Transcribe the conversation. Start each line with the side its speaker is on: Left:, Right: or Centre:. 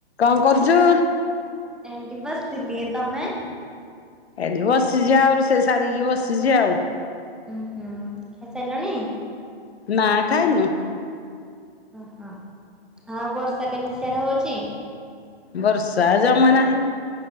Left: କଁ କରୁଛୁ?
Centre: ଏଇଠି ବସିଥିଲି ତମେ?
Left: ଏଇଠି ବସିଚି ଆଉ ରୁଷେଇ ସାରିକି ବସିଚି ଆଉ।
Centre: ଉଁ ହୁଁ ଖାଇସାଇଲଣି?
Left: ନା ଖାଇନୁ।
Centre: ଓହୋ, ଆଉ ବର୍ଷା କେମିତି ସିଆଡ଼େ ହଉଚି?
Left: ବର୍ଷା ଜମା ନାହିଁ।